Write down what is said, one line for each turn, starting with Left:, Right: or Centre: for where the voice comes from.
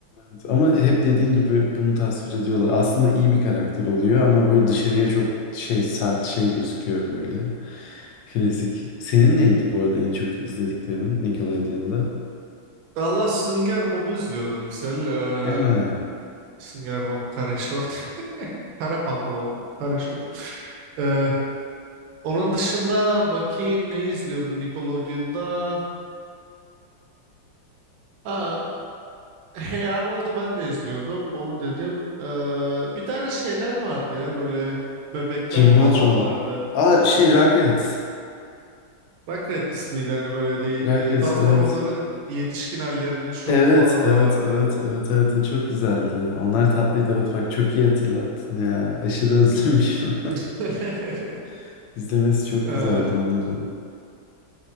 Left: Evet, Ama hep dediğin gibi bunu tasvir ediyorlar. Aslında iyi bir karakter oluyor ama böyle dışarıya çok şey sert şey gözüküyor böyle. Klasik. Senin neydi bu arada en çok izlediklerin Nickelodeon'da?
Right: Allah Sünger Bob'u izliyordum misal. Ee,
Left: Aa,
Right: Sünger Bob kare şort. <laughs> Kare pantolon. Kare şort. Ee, onun dışında bakayım ne izliyordum Nickelodeon'da. Ha, Hey Arnold'u ben de izliyordum. Onu dedim. Ee, bir tane şeyler vardı ya böyle bebekler
Left: Jimmy
Right: falan
Left: Neutron
Right: vardı.
Left: mu? Aa şey Rugrats.
Right: Rugrats ismiydi hani böyle de,
Left: Rugrats
Right: e, daha sonra
Left: evet.
Right: onların yetişkin hallerinin şovu
Left: Evet,
Right: falan
Left: evet,
Right: da vardı.
Left: evet, evet, evet. O çok güzeldi. Onlar tatlıydı. Evet, bak çok iyi hatırlattın ya. Aşırı özlemişim.
Right: <laughs>
Left: <laughs> İzlemesi çok
Right: Ee,
Left: güzeldi onları.